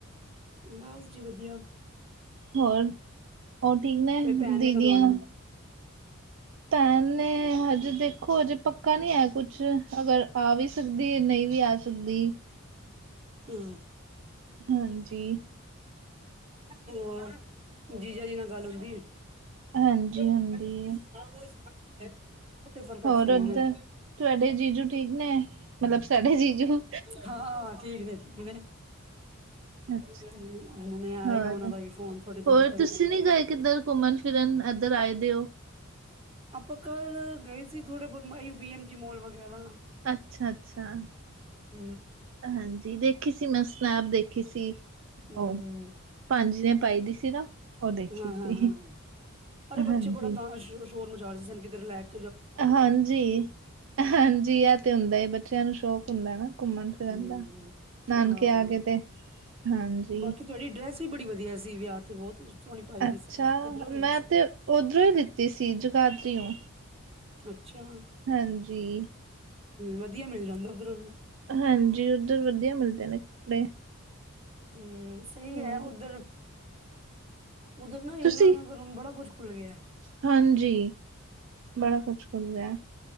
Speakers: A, on the right; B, on the right.
A: ਬਸ ਜੀ ਵਧੀਆ
B: ਹੋਰ ਹੋਰ ਠੀਕ ਨੇ
A: ਫੇਰ ਭੈਣ
B: ਦੀਦੀਆਂ
A: ਨੇ ਕਦੋਂ ਆਣਾ
B: ਪੈਨ ਨੇ ਹਜੇ ਦੇਖੋ ਹਜੇ ਪੱਕਾ ਨਹੀਂ ਹੈ ਕੁਛ ਅਗਰ ਆ ਵੀ ਸਕਦੀ ਨਹੀਂ ਵੀ ਆ ਸਕ ਤੁਦੀ
A: ਹਮ
B: ਹਾਂਜੀ
A: ਹੋਰ ਜੀਜਾ ਜੀ ਨਾਲ ਗੱਲ ਹੋਦੀ
B: ਹਾਂਜੀ
A: ਬਲ <unintelligible>
B: ਹੁੰਦੀ ਹੈ
A: ਉਹ ਤੇ ਪਰਫੈਕਟ
B: ਹੋਰ
A: ਹੈ
B: ਉੱਧਰ ਤੁਹਾਡੇ ਜੀਜੂ ਠੀਕ ਨੇ ਮਤਲਬ ਸਾਡੇ ਜੀਜੂ
A: ਹਾਂ ਹਾਂ ਠੀਕ ਨੇ ਠੀਕ ਨੇ
B: ਅੱਛਾ
A: ਹੁਣੇ ਆਏਗਾ
B: ਹੋਰ
A: ਉਹਨਾਂ ਦਾ ਵੀ ਫੋਨ ਥੋੜੀ ਦੇਰ
B: ਹੋਰ
A: ਤੱਕ
B: ਤੁਸੀਂ ਨੀ ਗਏ ਕਿੱਧਰ ਘੁੰਮਣ ਫਿਰਨ ਇੱਧਰ ਆਏ ਦਿ ਹੋ
A: ਆਪਾਂ ਕੱਲ ਗਏ ਸੀ ਥੋੜੇ ਬਹੁਤ ਮ ਬੀ ਐਮ ਜੀ ਮੋਲ ਵਗੈਰਾ
B: ਅੱਛਾ ਅੱਛਾ
A: ਹੂੰ।
B: ਹਾਂਜੀ ਦੇਖੀ ਸੀ ਮਸ ਆਪ ਦੇਖੀ ਸੀ
A: ਹੂੰ,
B: ਉਹ ਪੰਜ ਨੇ ਪਾਈ ਦੀ ਸੀ ਨਾ ਉਹ ਦੇਖੀ
A: ਹਾਂ ਹਾਂ
B: ਸੀ
A: ਹਾਂ ਅਰੇ ਬੱਚੇ
B: ਹਾਂਜੀ
A: ਬੜਾ ਤਾਂ ਸ਼ੋਰ ਮਜ਼ਾਾਰ ਸੀ ਸਨ ਕਿਤੇ ਰਿਲੈਕ
B: ਹਾਂਜੀ ਹਾਂਜੀ ਆ ਤੇ ਹੁੰਦਾ ਏ ਬੱਚਿਆਂ ਨੂੰ ਸ਼ੌਕ ਹੁੰਦਾ ਨਾ ਘੁੰਮਣ ਫਿਰਨ
A: ਹੂੰ,
B: ਦਾ ਨਾਨਕੇ
A: ਆਹੋ
B: ਆ ਕੇ ਤੇ ਹਾਂਜੀ
A: ਬਾਕੀ ਤੁਹਾਡੀ ਡਰੈਸ ਵੀ ਬੜੀ ਵਧੀਆ ਸੀ ਵਿਆਹ ਤੇ ਬਹੁਤ ਸੋਨੀ ਪਾਈ ਦੀ
B: ਅੱਛਾ
A: ਸੀ ਤੁਸੀਂ ਕਿੱਧਰੋਂ ਲਈ
B: ਮੈਂ
A: ਸੀ
B: ਤੇ ਓਧਰੋਂ ਹੀ ਲਿੱਤੀ ਸੀ ਜਗਾਦਰੀਓ
A: ਅੱਛਾ ਹਮ
B: ਹਾਂਜੀ,
A: ਵਧੀਆ ਮਿਲ ਜਾਂਦਾ ਉੱਧਰੋਂ ਵੀ
B: ਹਾਂਜੀ ਉੱਧਰ ਵਧੀਆ ਮਿਲਦੇ ਨੇ ਕੱਪੜੇ
A: ਹਮ ਸਹੀ
B: ਹੋਰ
A: ਹੈ ਉਧਰ ਉੱਧਰ ਨਾ ਯਮੁਨਾਨਗਰ
B: ਤੁਸੀਂ
A: ਹੁਣ ਬੜਾ ਕੁੱਝ ਖੁੱਲ੍ਹ ਗਿਆ
B: ਹਾਂਜੀ ਬੜਾ ਕੁਛ ਕਰ ਗਿਆ